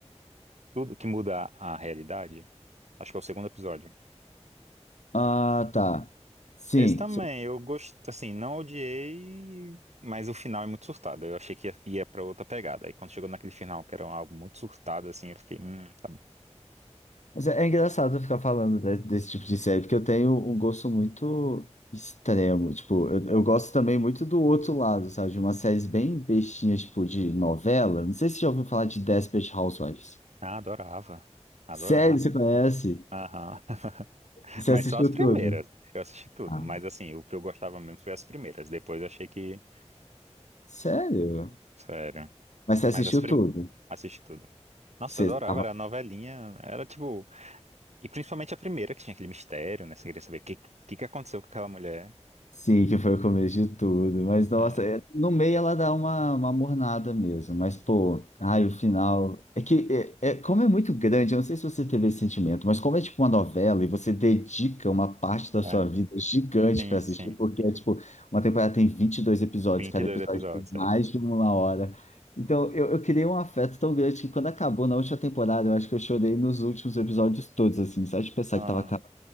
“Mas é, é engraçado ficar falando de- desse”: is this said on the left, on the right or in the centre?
Left